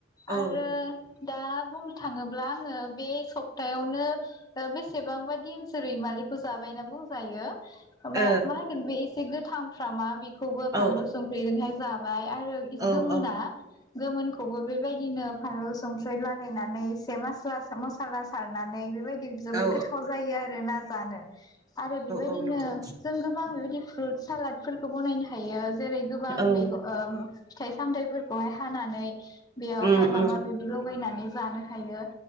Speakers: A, on the right; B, on the left.
A: ओ
B: आरो दा बुंनो थाङोब्ला आंङो बे सप्तायावनो बेसेबांबा दिनसो रैमालिखौ जाबायना बुंजायो। मा
A: औ
B: मा होनगोन बे एसे गोथां फ्रामा बि खौबो फानलु
A: औ
B: संख्रिजोंहाय जाबाय आरो
A: औ
B: गोमोना
A: औ
B: गोमोनखौबो बेबायदिनो फानलु संख्रि लागायनानै एसे मासला मसला सारनानै बे बबायदि जोबोद
A: औ
B: गोथाव जायो आरो ना। जानो आरो बेबायदिनो
A: औ नंगौ
B: जों गोबां बेबायदि फ्रुट सालाद फोरखौ बनायनो हायो। जेरै गोबां
A: औ
B: मैगं ओम फिथाय सामथाय फोर खौहाय हानानै बेयावहाय
A: उम
B: माबा
A: उम
B: मिबि लगायना नानै जानो हायो।